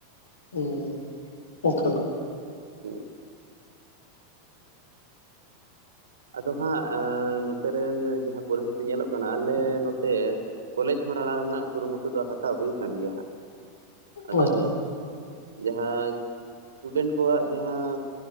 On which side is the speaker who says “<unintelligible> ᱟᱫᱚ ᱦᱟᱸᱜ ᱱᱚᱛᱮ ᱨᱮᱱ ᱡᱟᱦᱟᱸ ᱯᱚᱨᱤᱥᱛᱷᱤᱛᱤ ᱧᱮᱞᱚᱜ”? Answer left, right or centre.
Right